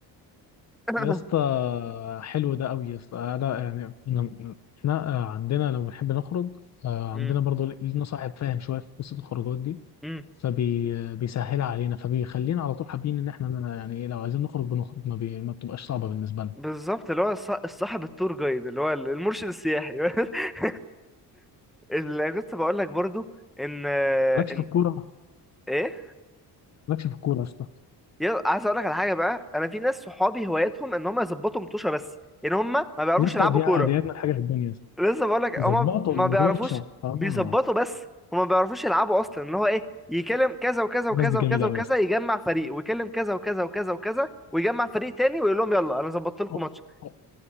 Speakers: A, in the centre; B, on the left.
A: <laughs>
B: يا اسطى حلو ده قوي يا اسطى انا يعني إحنا إحنا آه، عندنا لما بنحب نخرج آه،
A: أمم،
B: عندنا برضو لينا صاحب فاهم شويه في قصه الخروجات دي
A: أمم.
B: فبيسهلها علينا فبيخلينا على طول حابين ان احنا ن- يعني ايه لو عايزين نخرج بنخرج ما, بي... ما بتبقاش صعبه بالنسبه لنا
A: بالظبط اللي هو الص- الصاحب التور جايد اللي هو المرشد السياحي <laughs> اللي كنت بقول لك برضو ان
B: مالكش
A: ان
B: في الكوره
A: ايه
B: مالكش في الكوره يا اسطى
A: يلا عايز اقول لك على حاجه بقى انا في ناس صحابي هوايتهم ان هم يظبطوا مطوشه بس يعني هم ما بيعرفوش
B: يا اسطى
A: يلعبوا
B: دي
A: كوره
B: دي اجمل حاجه في الدنيا
A: لسه بقول لك
B: ظبطوا
A: هما ما
B: المدوشة
A: بيعرفوش
B: اه
A: بيظبطوا بس هما ما بيعرفوش يلعبوا اصلا ان هو ايه يكلم كذا وكذا وكذا
B: الناس دي جميلة
A: وكذا وكذا
B: أوي بس
A: يجمع فريق ويكلم كذا وكذا وكذا وكذا ويجمع فريق تاني ويقول لهم يلا انا ظبطت لكم
B: اه
A: ماتش
B: آه،